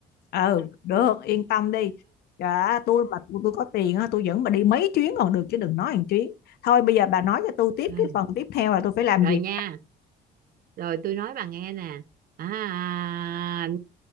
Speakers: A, on the left; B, on the right.
A: ừ được yên tâm đi dạ tôi mà tôi, tôi có tiền á tôi dẫn bà đi mấy chuyến còn được chứ đừng nói hàng chuyến thôi bây giờ bà nói cho tôi tiếp
B: <laughs>
A: cái phần tiếp theo là tôi phải làm
B: rồi
A: gì
B: nha rồi tôi nói bà nghe nè à,